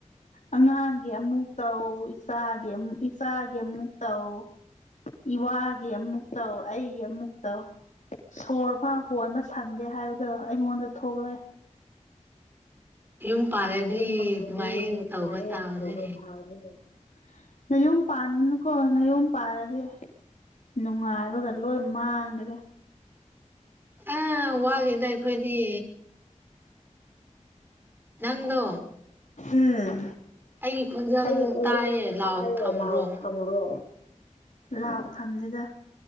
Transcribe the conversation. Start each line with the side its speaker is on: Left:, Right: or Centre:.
Left: ꯑꯉꯥꯡꯒꯤ ꯑꯃꯨꯛ ꯇꯧ ꯏꯁꯥꯒꯤ ꯑꯃꯨ ꯏꯁꯆꯥꯒꯤ ꯑꯃꯨꯛ ꯇꯧ ꯏ ꯋꯥꯒꯤ ꯑꯃꯨꯛꯇꯧ ꯑꯩꯒꯤ ꯑꯃꯨꯛ ꯇꯧ ꯁꯣꯔꯕ ꯍꯣꯟꯕ ꯁꯪꯒꯦ ꯍꯥꯏꯕꯗꯣ ꯑꯩꯉꯣꯟꯗ ꯊꯣꯛꯂꯦ
Right: ꯌꯨꯝ ꯄꯥꯜꯂꯗꯤ
Left: ꯏꯟ ꯇꯒꯗꯤ
Right: ꯑꯗꯨꯃꯥꯏꯅ ꯇꯧꯕ
Left: ꯃꯥꯥꯏ
Right: ꯇꯥꯕꯅꯦ
Left: ꯐꯣꯒ ꯆꯅꯤ ꯅꯌꯣꯝ ꯄꯥꯟꯒꯅꯨꯀꯣ ꯅꯌꯣꯝ ꯄꯥꯔꯗꯤ ꯅꯨꯡꯉꯥꯏꯕꯒ ꯂꯣꯏ ꯃꯥꯡꯈ꯭ꯔꯦ
Right: ꯑ ꯋꯥꯠꯂꯤꯦꯗ ꯑꯩꯈꯣꯏꯗꯤ ꯅꯪꯗꯣ
Left: ꯎꯝ
Right: ꯑꯩꯒꯤ ꯈꯣꯟꯖꯦꯜ
Left: ꯑꯩꯒꯤ
Right: ꯑꯃꯨꯛ
Left: ꯈꯣꯡ
Right: ꯇꯥꯏꯌꯦ
Left: ꯌꯥꯝꯅ
Right: ꯂꯥꯎ
Left: ꯇꯥꯏꯌꯦꯦ
Right: ꯊꯝꯕ꯭ꯔꯣ
Left: ꯂꯥꯎꯑꯣ ꯊꯝꯕ꯭ꯔꯣ ꯂꯥꯎ ꯊꯝꯗꯨꯗ